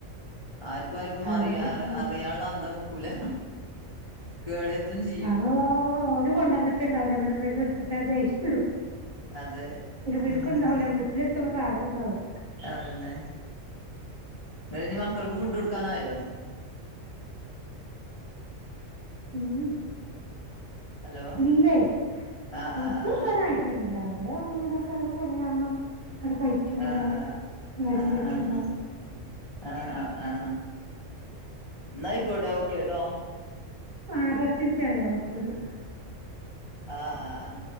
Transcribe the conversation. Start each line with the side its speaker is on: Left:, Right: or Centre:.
Left: ആർക്കും ആർക്കും
Right: അതന്നെ
Left: അറിയാ
Right: മ
Left: അറിയാളേ അന്തം വെക്കൂല കേടര്ത്തും ചെയും
Right: അതൊ ര് കൊണ്ടന്നിട്ടുണ്ടാവല <unintelligible> വെയ്സ്റ്റ് ഇടും
Left: അതെ
Right: <unintelligible>
Left: ഉം
Right: ഇണ്ടാവൂല വീട്ടില എത്ത്മ്പോ സാധനം ഇണ്ടാവൂല്ല
Left: അതന്നെ നിങ്ങൾ പിന്നെ മക്കൾക്ക് ഫുഡ് കൊടുക്കാനായോ
Right: ഉമ്
Left: ഹലോ
Right: ഇല്ലേ
Left: ആഹ്
Right: ഫുഡോടുക്കാനായി
Left: ആഹ് ആഹ്
Right: ട്ട്ന്നുല്ല അവര് അങ്ങനെ സ സമയാവുമ്പ ആടെ കയ് ക്യു
Left: ആഹ്
Right: ല്ലാതെ
Left: ആഹ്
Right: എല്ലരും
Left: ആഹ്
Right: വെക്കുമ്പോ
Left: ആഹ് ആഹ് ആഹ് ആഹ് ന്നാ ആയിക്കോട്ടെ ഓകേട്ടോ
Right: ആഹ് പത്തിൻറ്റായോ ഓക്കെന്നാ
Left: ആഹ് ആഹ്